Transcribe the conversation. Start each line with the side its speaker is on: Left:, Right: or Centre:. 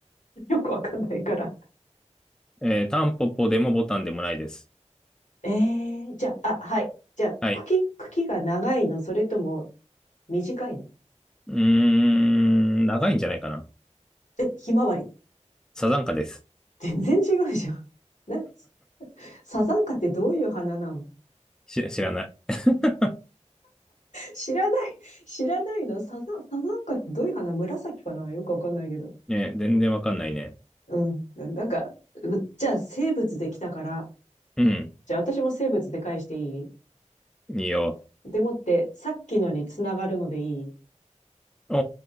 Left: <laughs> よくわかんないから。
Centre: えータンポポでもボタンでもないです。
Left: えー、じゃあ、あ、はい。じゃあ、
Centre: はい
Left: 茎、茎が長いの、それとも短いの
Centre: うーん、長いんじゃないかな。
Left: え、ひまわり。
Centre: サザンカです。
Left: 全然違うじゃん。ね、サザンカってどういう花なの
Centre: し、知らない。<laughs>
Left: 知らない、知らないのサザン、サザンカってどういう花紫かなよくわかんないけど。
Centre: ね、全然わかんないね。
Left: うん。なんか、じゃあ生物できたから、
Centre: うん。
Left: じゃあ私も生物で返していい
Centre: いいよ。
Left: でもって、さっきのにつながるのでいい
Centre: お